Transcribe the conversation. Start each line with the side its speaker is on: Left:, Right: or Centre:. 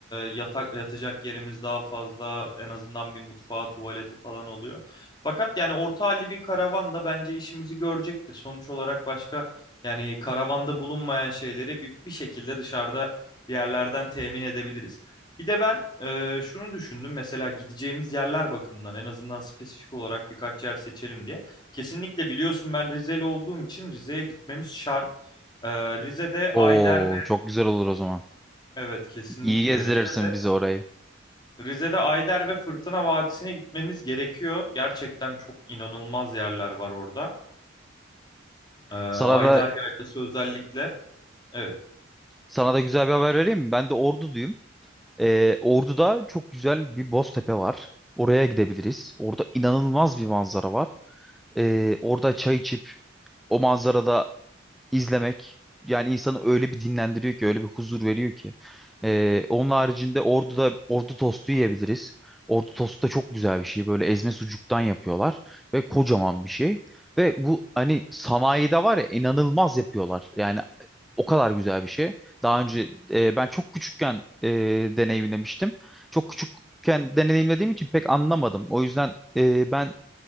Left: yatak, yatacak yerimiz daha fazla. En azından bir mutfağı, tuvaleti falan oluyor. Fakat yani orta halli bir karavan da bence işimizi görecektir. Sonuç olarak başka yani karavanda bulunmayan şeyleri bir, bir şekilde dışarıda bir yerlerden temin edebiliriz. Bir de ben e, şunu düşündüm mesela gideceğimiz yerler bakımından en azından spesifik olarak birkaç yer seçelim diye. Kesinlikle biliyorsun ben Rizeli olduğum için Rize'ye gitmemiz şart. E, Rize'de
Centre: Oo,
Left: Ayder ve
Centre: çok güzel olur o zaman.
Left: evet kesinlikle
Centre: İyi gezdirirsin
Left: Rize'de
Centre: bizi orayı.
Left: Rize'de Ayder ve Fırtına Vadisi'ne gitmemiz gerekiyor. Gerçekten çok inanılmaz yerler var orada. E,
Centre: Sana
Left: Ayder
Centre: da
Left: Yaylası özellikle evet.
Centre: sana da güzel bir haber vereyim mi? Ben de Ordu'duyum. E, Ordu'da çok güzel bir Boztepe var. Oraya gidebiliriz. Orada inanılmaz bir manzara var. E, orada çay içip o manzarada izlemek yani insanı öyle bir dinlendiriyor ki öyle bir huzur veriyor ki. Ee, onun haricinde Ordu'da ordu tostu yiyebiliriz. Ordu tostu da çok güzel bir şey. Böyle ezme sucuktan yapıyorlar ve kocaman bir şey. Ve bu hani sanayide var ya inanılmaz yapıyorlar. Yani o kadar güzel bir şey. Daha önce e, ben çok küçükken e, deneyimlemiştim. Çok küçükken deneyimlediğim için pek anlamadım. O yüzden e, ben